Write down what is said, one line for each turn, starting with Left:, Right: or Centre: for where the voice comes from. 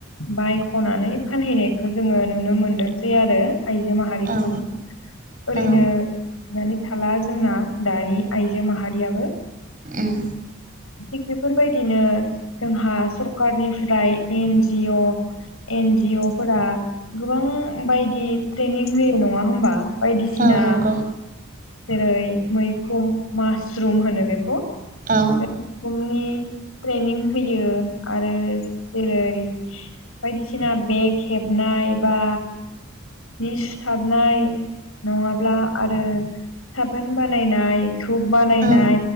Left: बायख'नानै फानहैनायखौ जोङो नुनो मोनदोंसै आरो। आइजो माहारिखौ
Right: औ
Left: ओरैनो
Right: औ
Left: नानै थाला जोंना दानि आइजो माहारियाबो
Right: उम
Left: थिग बेफोरबायदिनो जोंहा सरखारारनिफ्राय इनजिअ एन जिअ फोरा गोबां बायदि ट्रेनिं होयो नङा होमबा? बायदिसिना
Right: औ नंगौ
Left: जेरै मैखम मासरुम होनो बेखौ पेतफमनि
Right: औ
Left: ट्रेनिं होयो आरो जेरै बायदिसिना बेग हेबनाय बा जि सुथारनाय नङाब्ला आरो साबोन बानायनाय धुप बानायनाय
Right: औ